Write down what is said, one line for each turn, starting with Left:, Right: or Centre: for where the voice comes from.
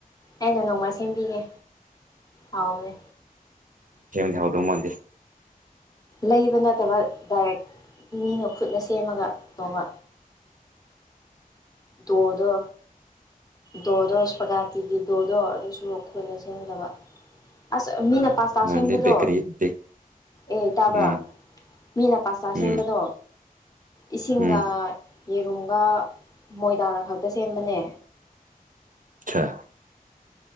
Left: ꯑꯩꯅ ꯅꯣꯡꯃ ꯁꯦꯝꯕꯤꯒꯦ ꯑꯥꯎꯅꯦ
Right: ꯍꯗ ꯃꯗ
Left: ꯂꯩꯕ ꯅꯠꯇꯕ ꯗꯥꯏꯔꯦꯛ ꯃꯤꯅ ꯈꯨꯠꯅ ꯁꯦꯝꯃꯒ ꯇꯣꯡꯧꯕ ꯗꯣꯗ ꯗꯣꯗꯣ ꯁ ꯄꯒꯥꯥꯇꯤꯒꯤ ꯗꯣꯗꯣ ꯑꯗꯨꯁꯨ ꯑꯩꯈꯣꯏꯅ ꯁꯦꯝꯒꯗꯕ ꯑꯁ ꯃꯤꯅ ꯄꯥꯁꯇꯥ
Right: ꯅꯍꯥꯟꯗꯤ
Left: ꯁꯦꯝꯕꯗꯣ
Right: ꯕꯦꯀꯔꯤ ꯕꯦꯛ
Left: ꯑꯦ ꯇꯥꯕ꯭ꯔꯥ
Right: ꯎꯝ
Left: ꯃꯤꯅ ꯄꯥꯁꯇꯥ ꯁꯦꯝꯕꯗꯣ
Right: ꯎꯝ
Left: ꯏꯁꯤꯡꯒ
Right: ꯎꯝ
Left: ꯌꯦꯔꯨꯝꯒ ꯃꯣꯏꯗꯥꯗ ꯈꯛꯇ ꯁꯦꯝꯕꯅꯦ
Right: ꯑ